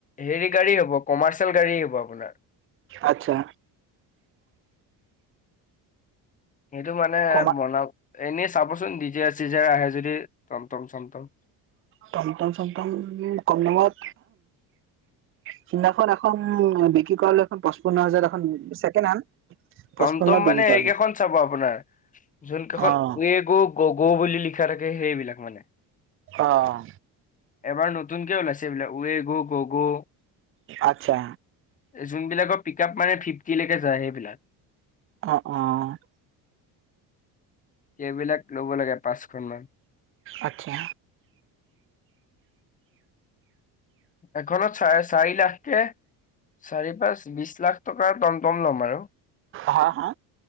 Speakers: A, on the left (about 20°); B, on the right (about 35°).
A: হেৰি গাড়ী হ'ব কমাৰ্চি য়েল গাড়ী আহিব আপোনাৰ
B: আচ্ছা।
A: সেইটো মানে
B: কমা
A: বনাওঁক এনেই চাবচোন ডিজায়ৰ চিজায়ৰ আহে যদি চমটম
B: টমটম চমতম কম দামত সিদিনাখন এখন বিক্ৰী কৰালে এখন পোঞ্চান্ন হাজাৰত এখন ছেকেণ্ড হেণ্ড পঁচপন্নত
A: টমটম
B: বিক্ৰী
A: মানে
B: কৰালো
A: এইকেইখন চাব আপোনাৰ যোন কেইখন
B: অ
A: ৱেগ' গ'গ' বুলি লি খা থাকে সেইবিলাক মানে
B: অহ।
A: এবাৰ নতুনকে ওলাইছে এইবিলাক ৱেগ' গ'গ',
B: আচ্ছা
A: যোনবিলাকৰ পিক আপ মানে ফিফটি লৈকে যায় সেইবিলাক
B: অহ, অহ।
A: সেইবিলাক ল'ব লাগে পাঁচখন মান।
B: আচ্ছা।
A: এখনত চাৰে চাৰি লাখ কে চাৰি পাঁচ বিশ লাখ টকাৰ টমটম ল'ম আৰু।
B: হা, হা।